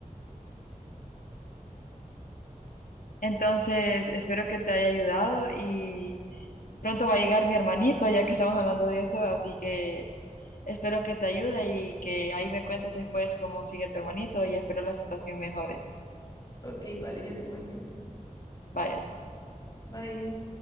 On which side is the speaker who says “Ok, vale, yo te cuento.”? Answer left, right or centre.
Left